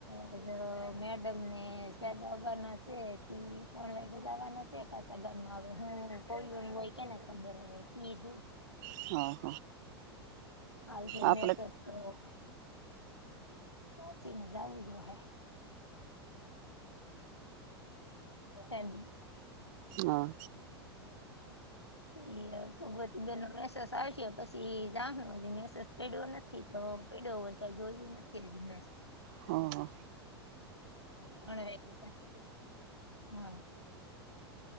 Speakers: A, on the left (about 85°); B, on the right (about 50°).
A: હ જો મેડમ ને ચવાના હ છે ત્રણ વાગે જવાના. તે પાછસા ગરમાં આવે હ કોઈ હોય કેને ખબર હ કીધું.
B: હ હા.
A: <unintelligible>
B: આપડે
A: સાચીને જાવું જો હે એમ.
B: હા.
A: <unintelligible> સા પછી જાામ દિવસ પેડો નથી તો પેડો હોય ક જોયું નથી દસ
B: હ હ.
A: <unintelligible>